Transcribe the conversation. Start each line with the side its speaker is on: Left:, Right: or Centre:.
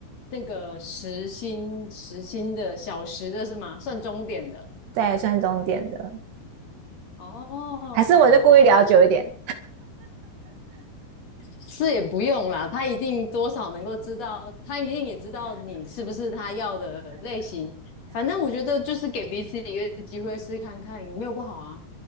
Left: 那个时薪时薪的小时的是吗？算钟点的。
Right: 对，算重点的，
Left: 哦，
Right: 还是我就故意聊久一点。
Left: 是也不用啦，他一定多少能够知道，他一定也知道你是不是他要的类型。反正我觉得就是给彼此一个机会试看看，有没有不好啊？